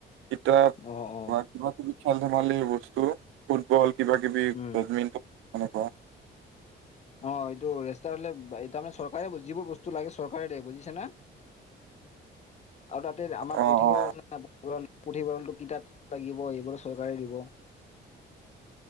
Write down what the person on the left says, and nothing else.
অ অ
উম
অ এইটো ৰেষ্টাৰ হলে তাৰমানে চৰকাৰে যিবোৰ বস্তু লাগে চৰকাৰে দে বুজিছে না? আৰু তাতে আমাৰ
পুথিভঁৰাল
আছিল না <unintelligible> পুথিভঁৰালটোত কিতাপ লাগিব, এইবোৰ চৰকাৰে দিব।